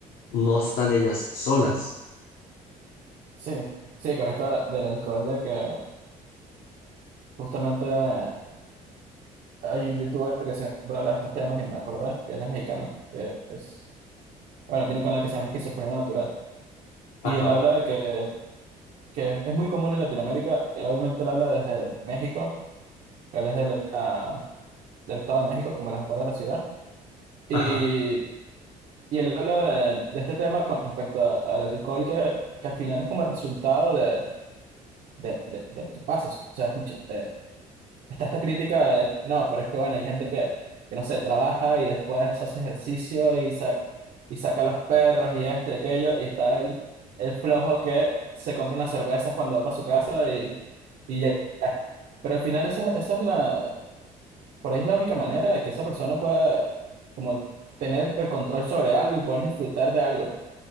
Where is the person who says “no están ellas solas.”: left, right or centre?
Left